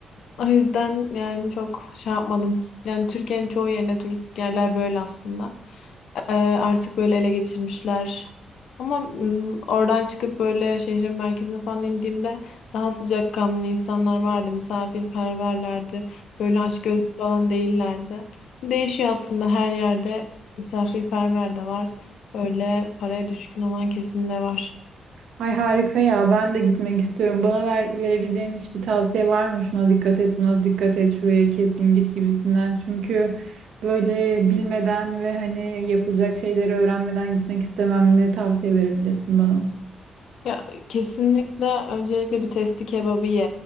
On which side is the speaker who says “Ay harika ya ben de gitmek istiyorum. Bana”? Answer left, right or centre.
Right